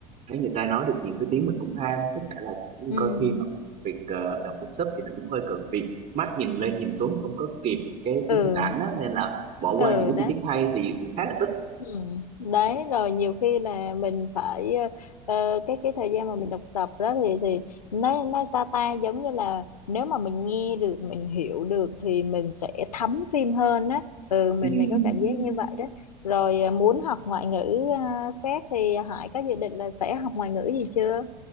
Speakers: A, on the right (about 40°); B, on the left (about 75°).
A: thấy người ta nói được nhiều thứ tiếng mình cũng ham, tất cả là cũng
B: ừ
A: coi phim mà mình việc ờ, đọc được sub thì nó cũng hơi cực vì mắt nhìn lên nhìn xuống không có kịp cái
B: ừ
A: cái hình ảnh á nên là bỏ
B: ừ,
A: qua những cái
B: đấy
A: chi tiết hay thì cũng khá là tức.
B: ừ. đấy rồi nhiều khi là mình phải ờ, ờ, cái cái thời gian mà mình đọc sập đó thì thì nó nó sao ta giống như là nếu mà mình nghe được mình hiểu được thì mình sẽ thấm phim hơn á ừ mình
A: Ừ,
B: mình có cảm
A: ừ.
B: giác như vậy đó rồi ờ, muốn học ngoại ngữ ờ, khác thì Hải có dự định là sẽ học ngoại ngữ gì chưa?